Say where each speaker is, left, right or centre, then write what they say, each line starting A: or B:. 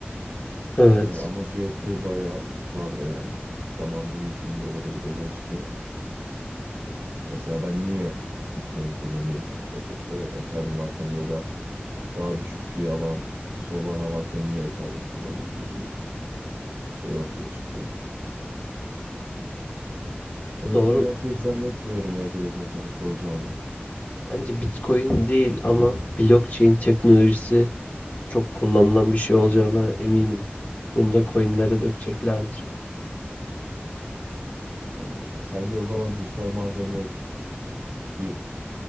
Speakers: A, on the left; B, on the right.
A: Evet,
B: E, ama fiyatı bayağı uçlarda yani. Zamanında 100 bin doları bile geçti. Mesela ben niye Bitcoin kullanayım? Eth- e, Ethereum varken ya da daha düşük fee alan Solana varken niye Ethereum kullanayım gibi bir şey ortaya çıkıyor. O
A: doğru.
B: yüzden ben pek zannetmiyorum ya geleceğin parası olacağını.
A: Bence Bitcoin değil ama blockchain teknolojisi çok kullanılan bir şey olacağına eminim. Bunu da coinlere dökeceklerdir.
B: Ee, sence o zaman dijital mahremiyet bir